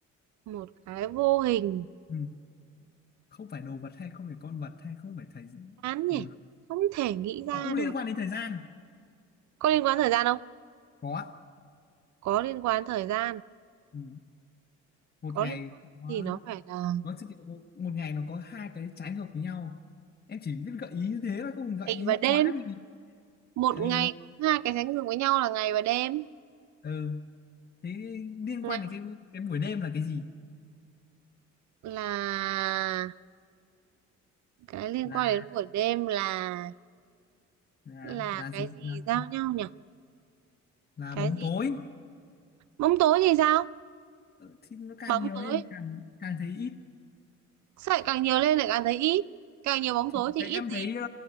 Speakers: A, on the right; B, on the left.
A: một cái vô hình
B: ừ. không phải đồ vật hay không phải con vật hay không phải thời
A: án nhỉ
B: ừ.
A: không thể nghĩ ra
B: nó cũng
A: được
B: liên quan đến thời gian
A: có liên quan thời gian không
B: có ạ.
A: có liên quan thời gian
B: ừ. một
A: có
B: ngày
A: liên quan
B: có
A: thì nó phải là
B: nó chỉ kiểu một một ngày nó có hai cái trái ngược với nhau em chỉ biết gợi ý như thế thôi không gợi
A: ngày
B: ý
A: và đêm
B: quá thì
A: một
B: ừ.
A: ngày có hai cái sánh ngược với nhau là ngày và đêm
B: ừ. thế liên quan
A: ngày
B: đến cái cái buổi đêm là cái gì
A: là cái liên
B: là
A: quan đến buổi đêm là
B: là
A: là
B: là
A: cái
B: gì
A: gì
B: là,
A: giao nhau nhỉ
B: là
A: cái
B: bóng
A: gì
B: tối
A: bóng tối thì sao
B: Ừ, thì nó càng
A: bóng
B: nhiều
A: tối
B: lên càng càng thấy ít
A: sợi càng nhiều lên lại càng thấy ít càng nhiều bóng
B: thì
A: tối thì
B: thấy-
A: ít
B: em
A: gì
B: thấy ờ,